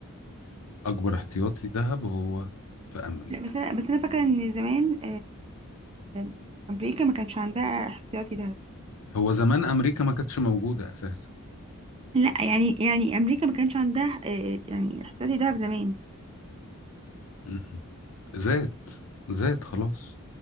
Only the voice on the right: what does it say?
لا بس انا بس انا فاكرة ان زمان آه... امريكا ما كانش عندها احتياطي ذهب
لا يعني يعني امريكا ما كانش عندها آه... يعني احتياطي ذهب زمان